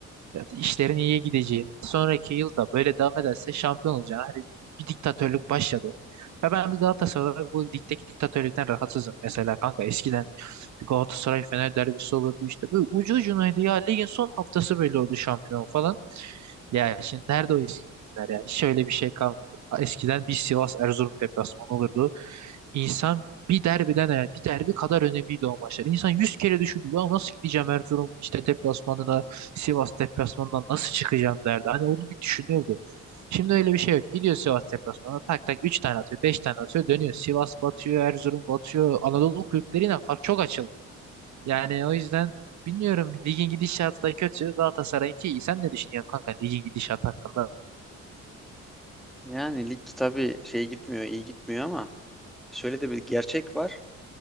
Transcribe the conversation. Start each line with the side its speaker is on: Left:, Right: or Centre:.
Right: Zaten işlerin iyiye gideceği. Sonraki yılda böyle devam ederse şampiyon olacağı. Hani bir diktatörlük başladı. Ve ben bir Galatasaray olarak bu ligdeki diktatörlükten rahatsızım. Mesela kanka eskiden bir Galatasaray Fener derbisi olurdu işte. Böyle ucu ucunaydı ya. Ligin son haftası böyle oldu şampiyon falan. Ya şimdi nerede o eski günler ya? Hiç öyle bir şey kalmadı. Eskiden bir Sivas Erzurum deplasmanı olurdu. İnsan bir derbiden eğer bir derbi kadar önemliydi o maçlar. İnsan yüz kere düşündü ya nasıl gideceğim Erzurum işte deplasmanına Sivas deplasmanından nasıl çıkacağım derdi. Hani onu bir düşünürdü. Şimdi öyle bir şey yok. Gidiyor Sivas deplasmanına tak tak 3 tane atıyor, 5 tane atıyor, dönüyor. Sivas batıyor, Erzurum batıyor. Anadolu kulüpleriyle fark çok açıldı. Yani o yüzden bilmiyorum ligin gidişatı da kötü. Galatasaray'ınki iyi. Sen ne düşünüyorsun kanka ligin gidişatı hakkında?
Centre: Yani lig tabii şey gitmiyor, iyi gitmiyor ama şöyle de bir gerçek var.